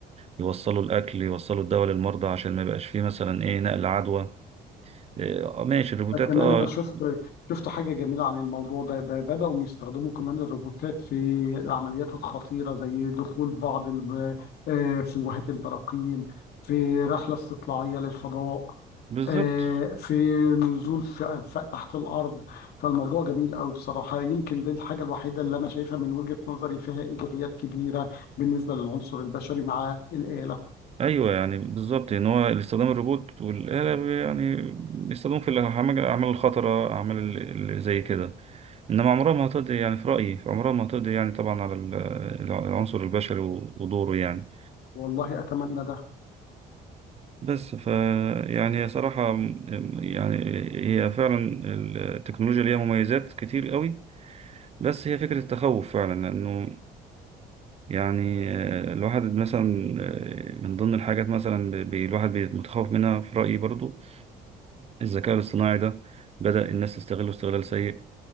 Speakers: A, on the right; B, on the left.
A: يوصلوا الأكل يوصلوا الدواء للمرضى عشان ما يبقاش فيه مثلا إيه نقل عدوى إيه، آه ماشي الروبوتات
B: كمان
A: آه
B: انا شفت شفت حاجه جميله عن الموضوع ده ده بداوا يستخدموا كمان الروبوتات في العمليات الخطيره زي دخول بعض ال- آه، فلوهات البراكين في رحله استطلاعيه للفضاء
A: بالظبط
B: آه، في نزول في انفاق تحت الارض فالموضوع جميل قوي بصراحه يمكن دي الحاجه الوحيده اللي انا شايفها من وجهه نظري فيها ايجابيات كبيره بالنسبه للعنصر البشري مع الاله
A: أيوه يعني بالظبط إن هو استخدام الروبوت والآلة يعني بيستخدموا في الأعمال الأعمال الخطرة أعمال اللي زي كده إنما عمرها ما هتقضي يعني في رأيي عمرها ما هتقضي يعني طبعا على ال- العنصر البشري ودوره يعني
B: والله اتمنى ده
A: فبس ف يعني هي صراحة يعني هي فعلا التكنولوجيا ليها مميزات كتير قوي بس هي فكرة التخوف فعلا انه يعني آه، الواحد مثلا آه، من ضمن الحاجات مثلا ب- ب- الواحد بي- متخوف منها في رأيي برضو الذكاء الاصطناعي ده بدأ الناس تستغله استغلال سيء